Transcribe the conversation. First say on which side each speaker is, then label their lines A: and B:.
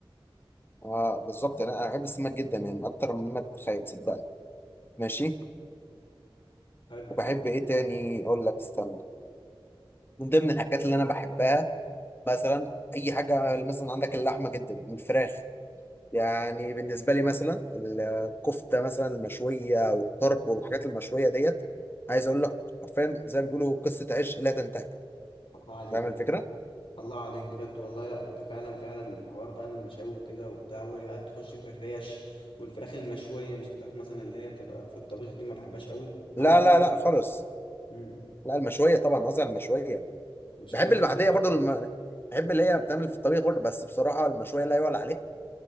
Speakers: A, on the left; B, on the left.
A: اه بالظبط انا أنا بحب السمك جدا يعني اكتر مما تتخيل صدقني ماشي
B: حلو
A: وبحب ايه تاني اقول لك استنى من ضمن الحاجات اللي انا بحبها مثلا اي حاجه مثلا عندك اللحمه جدا والفراخ يعني بالنسبه لي مثلا الكفته مثلا المشويه والطرب والحاجات المشويه ديت عايز اقول لك حرفيا زي ما بيقولوا قصه عشق لا تنتهي
B: الله عليك
A: فاهم الفكره
B: الله عليك بجد والله لا ب- فعلا فعلا حوار بقى المشاوي وكده وبتاع وبقى تخش في الريش والفراخ المشوية مش الفراخ مثلا اللي هي بتبقى في الطبيخ دي ما بحبهاش قوي مع
A: لا
B: ان حلو
A: لا لا خالص
B: امم
A: لا المشويه طبعا قصدي على المشويه يعني
B: المشوية
A: بحب
B: دي
A: اللي
B: بجد.
A: بعديها برضو الم... بحب
B: مم.
A: اللي هي بتعمل في الطبيخ برضو بس بصراحه المشويه لا يعلى عليها